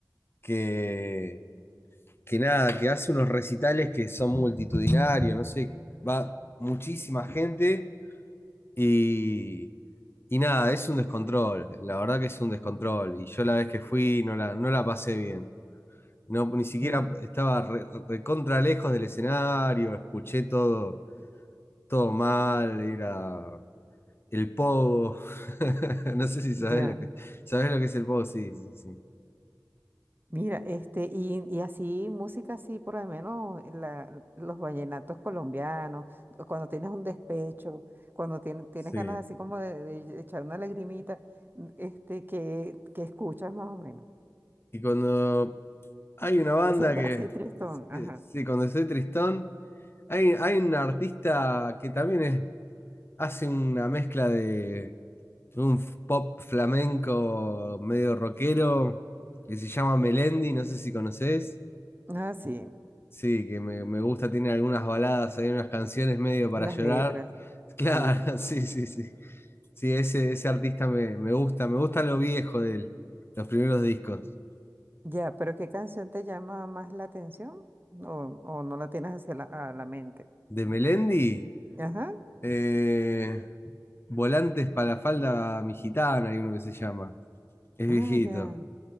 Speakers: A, on the left; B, on the right.
A: que, que nada, que hace unos recitales que son multitudinarios, no sé, va muchísima gente y, y nada, es un descontrol, la verdad que es un descontrol. Y yo la vez que fui no la, no la pasé bien. No, ni siquiera
B: Mm,
A: estaba re- recontra lejos del escenario, escuché todo, todo mal, era. El pogo. <laughs> No sé si sabes
B: ya.
A: lo que, sabes lo que es el pogo, sí, sí, sí.
B: Mira, este, y, y así música así, por lo menos la- los vallenatos colombianos, cuando tienes un despecho, cuando tien- tienes
A: Sí.
B: ganas así como de, de echar una lagrimita, mm, este, que, que escuchas más o menos.
A: Y cuando hay una banda
B: Te sientes
A: que,
B: así tristón, ajá.
A: sí, sí, cuando estoy tristón, hay, hay un artista que también es- hace una mezcla de un f- pop flamenco medio rockero, que se llama Melendi, no sé si conoces.
B: Ah, sí.
A: Sí, que me, me gusta, tiene algunas baladas, hay unas canciones medio para
B: Y las
A: llorar.
B: letras,
A: <laughs> Claro,
B: sí.
A: sí, sí, sí. Sí, ese, ese artista me, me gusta, me gusta lo viejo de él, los primeros discos.
B: Ya, pero ¿qué canción te llama más la atención? ¿O, o no la tienes hacia la, a la mente?
A: De Melendi,
B: Ajá.
A: eh, Volantes para la falda mi gitana, hay uno que se llama. Es
B: Ah,
A: viejito.
B: ya.